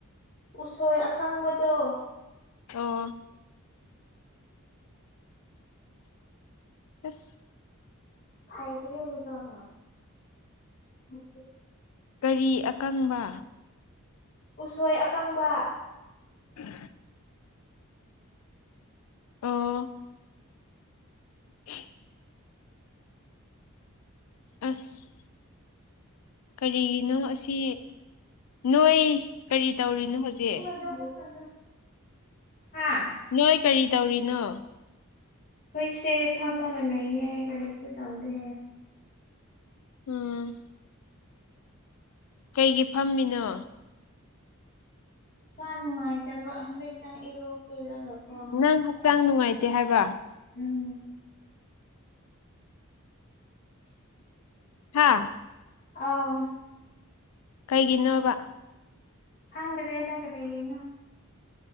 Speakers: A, on the left (about 45°); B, on the left (about 80°).
A: ꯎꯁꯣꯏ ꯑꯀꯥꯡꯕꯗꯣ
B: ꯑꯣ ꯑꯁ <inaudible>
A: ꯈꯥꯏꯗꯔꯤ ꯎꯖꯅ <inaudible> ꯎ <inaudible>
B: ꯀꯔꯤ ꯑꯀꯪꯕ
A: ꯎꯁꯣꯏ ꯑꯀꯪꯕ
B: ꯎꯝ <inaudible> ꯑꯣ ꯑꯦ <inaudible> ꯑꯁ ꯀꯔꯤꯒꯤꯅꯣ ꯑꯁꯤ ꯅꯣꯏ ꯀꯔꯤ ꯇꯧꯔꯤꯅꯣ ꯍꯧꯖꯤꯛ
A: <inaudible> ꯍꯥꯥ
B: ꯅꯣꯏ ꯀꯔꯤ ꯇꯧꯔꯤꯅꯣ
A: ꯍꯣꯏꯁꯦ ꯐꯝꯃꯒ ꯂꯩꯌꯦ ꯀꯔꯤꯁꯨ ꯇꯧꯗꯦ
B: ꯎꯝ ꯀꯩꯒꯤ ꯐꯝꯃꯤꯅꯣ
A: ꯏꯁꯥ ꯅꯨꯡꯉꯥꯏꯇꯕ ꯍꯧꯖꯤꯛꯇ ꯏꯔꯣꯛꯄꯤꯔꯒꯀꯣ
B: ꯅꯪ ꯍꯛꯆꯥꯡ ꯅꯨꯡꯉꯥꯏꯇꯦ ꯍꯥꯏꯕ
A: ꯎꯝꯝ
B: ꯍꯥꯥ
A: ꯑꯥꯎ
B: ꯀꯩꯒꯤꯅꯣꯕ
A: ꯍꯪꯗ꯭ꯔꯦꯗ ꯀꯔꯤꯒꯤꯅꯣ